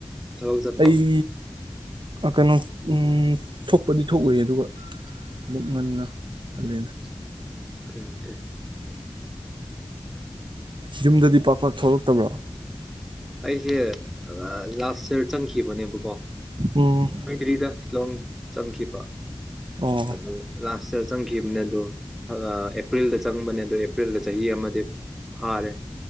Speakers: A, in the centre; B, on the right.
A: ꯊꯕꯛ ꯆꯠꯄ꯭ꯔꯣ
B: ꯑꯩ ꯀꯩꯅꯣ ꯑꯝ ꯊꯣꯛꯄꯗꯤ ꯊꯣꯛꯎꯏ ꯑꯗꯨꯒ ꯂꯨꯞ ꯉꯟꯅ ꯈꯜꯂꯦꯅ
A: ꯀꯪꯇꯦ
B: ꯌꯨꯝꯗꯗꯤ ꯄꯥꯛ ꯄꯥꯛ ꯊꯣꯛꯂꯛꯇꯕ꯭ꯔꯣ
A: ꯑꯩꯁꯦ ꯂꯥꯁ ꯁꯤꯔ ꯆꯪꯈꯤꯕꯅꯦꯕꯀꯣ
B: ꯎꯝ
A: ꯐꯪꯗꯔꯤꯗ ꯂꯣꯡ ꯆꯪꯈꯤꯕ
B: ꯑꯣ
A: ꯑꯗꯨꯝ ꯔꯥꯁ ꯗ ꯆꯪꯈꯤꯕꯅꯦ ꯑꯗꯣ ꯑꯦꯄ꯭ꯔꯤꯜꯗ ꯆꯪꯕꯅꯦ ꯑꯗꯣ ꯑꯦꯄ꯭ꯔꯤꯜꯗ ꯆꯍꯤ ꯑꯃꯗꯤ ꯐꯥꯔꯦ